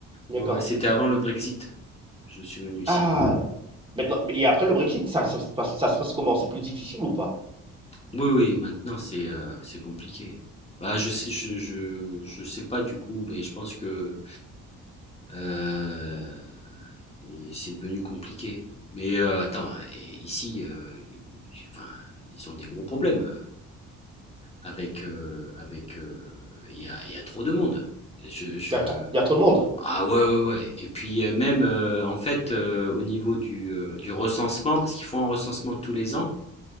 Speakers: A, on the right; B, on the left.
A: d'accord.
B: Ouais, ouais, c'était avant le Brexit. Je suis venu ici.
A: Ah! Maintenant et après le Brexit, ça ça se passe ça se passe comment? C'est plus difficile ou pas?
B: Oui, oui, maintenant c'est euh, c'est compliqué. Bah, je sais, je, je, je sais pas du coup, mais je pense que euh, et c'est devenu compliqué. Mais euh, attends, et ici, euh, j'ai- enfin, ils ont des gros problèmes euh, avec euh, avec. euh, Il y a, il y a trop de monde. Je, je...
A: Il y a trop y a trop de monde?
B: Ah ouais, ouais, ouais. Et puis euh, même euh, en fait, euh, au niveau du, euh, du recensement, parce qu'ils font un recensement tous les ans,